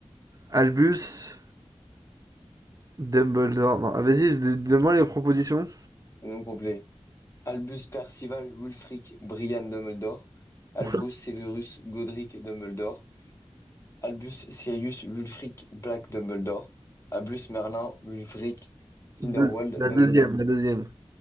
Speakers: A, on the right; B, on the left.
A: Albus, Dumbledore, non, ah, vas-y, je- donne-moi les propositions.
B: Le nom complet. Albus Percival Wulfric Brian Dumbledore. Albus
A: <laughs>
B: Severus Godric Dumbledore. Albus, Sirius, Wulfric, Black, Dumbledore. Albus, Merlin, Wulfric, Cinderwald,
A: Deux- la
B: Dumbledore.
A: deuxième, la deuxième.